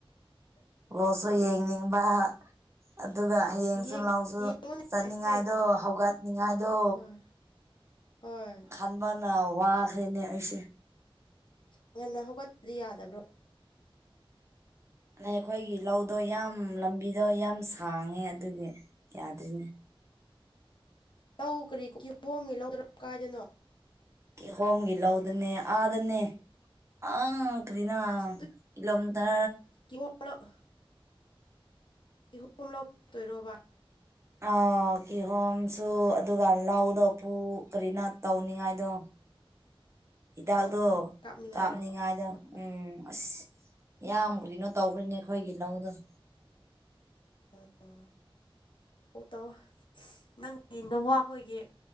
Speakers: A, on the right; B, on the left.
A: ꯑꯣꯁꯨ ꯌꯦꯡꯅꯤꯡꯕ ꯑꯗꯨꯒ ꯍꯌꯦꯡꯁꯨ
B: ꯌꯦꯡ
A: ꯂꯧꯁꯨ
B: ꯌꯦꯡꯉꯨꯅꯦ
A: ꯆꯠꯅꯤꯡꯉꯥꯏꯗꯣ
B: ꯑꯩꯈꯣꯏ
A: ꯍꯧꯒꯠꯅꯤꯡꯉꯥꯏꯗꯣ
B: ꯍꯣꯏ ꯍꯣꯏ
A: ꯈꯟꯕꯅ ꯋꯥꯈ꯭ꯔꯦꯅꯦ ꯑꯩꯁꯦ
B: ꯉꯟꯅ ꯍꯧꯒꯠꯇ꯭ꯔꯗꯤ ꯌꯥꯗꯕ꯭ꯔꯣ
A: ꯑꯩꯈꯣꯏꯒꯤ ꯂꯧꯗꯣ ꯌꯥꯝ ꯂꯝꯕꯤꯗꯣ ꯌꯥꯝ ꯁꯥꯡꯉꯦ ꯑꯗꯨꯒꯤ ꯌꯥꯗꯣꯏꯅꯦ
B: ꯂꯧ ꯀꯔꯤ ꯀꯨꯀꯤ ꯍꯣꯡꯉꯦ ꯂꯧꯗ꯭ꯔꯣ ꯀꯥꯏꯗꯅꯣ꯫
A: ꯀꯤ ꯍꯣꯝꯒꯤ ꯂꯧꯗꯅꯦ ꯑꯥꯗꯅꯦ ꯑ ꯀꯔꯤꯅꯣ
B: ꯑꯗꯨ
A: ꯀꯤꯂꯣ ꯃꯤꯏꯔ
B: <unintelligible> ꯏꯍꯣꯝ ꯂꯧꯗꯣꯏꯔꯣꯕꯥ
A: ꯑꯥ ꯀꯤꯍꯣꯝꯁꯨ ꯑꯗꯨꯒ ꯂꯧꯗ ꯄꯨꯨ ꯀꯔꯤꯅꯣ ꯇꯧꯅꯤꯡꯉꯥꯏꯗꯣ
B: <inaudible>
A: ꯍꯤꯗꯥꯛꯇꯣ
B: ꯍꯣꯏ ꯍꯤꯗꯥꯛ ꯀꯥꯞꯅꯤꯡꯉꯥꯏꯔꯣ
A: ꯀꯥꯞꯅꯤꯡꯉꯥꯏꯗꯣ
B: ꯍꯣꯏ
A: ꯎꯝ ꯑꯁ ꯌꯥꯝ
B: ꯐꯩꯌꯦ
A: ꯀꯔꯤꯅꯣ ꯇꯧꯒꯔꯦꯅꯦ ꯑꯩꯈꯣꯏꯒꯤ ꯂꯧꯗꫭ
B: ꯑꯣ ꯑꯣ ꯇꯧ ꯅꯪꯒꯤ ꯅꯋꯥ ꯈꯣꯏꯒꯤ